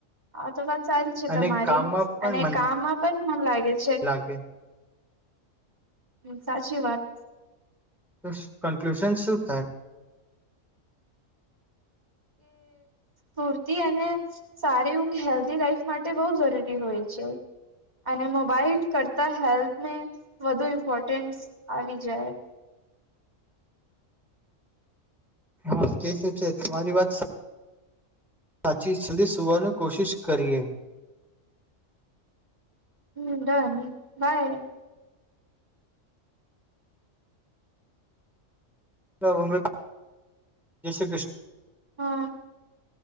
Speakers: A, on the right; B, in the centre.
A: આ તો વાત સારી છે
B: અને
A: તમારી
B: કામમાં પણ
A: અને
B: મન
A: કામમાં પણ મમ લાગે છે
B: લાગે
A: હમ્મ સાચી વાત
B: તો કન્ક્લુશન શું થાય
A: સ્ૂરતી અને સારી ઊંઘ હેલ્ધી લાઈફ માટે બહ જરૂરી હોય છે અને મોબાઈલ કરતાં હેલ્થને વધુ ઇમ્પોર્ટન્સ આવી જાય
B: હા તે શું છે તમારી વાત સાચી જલ્દી સુવાનું કોશિશ કરીએ
A: હ ડન બાય
B: તો અ જાય શ્રી ક્રિષ્ના
A: હા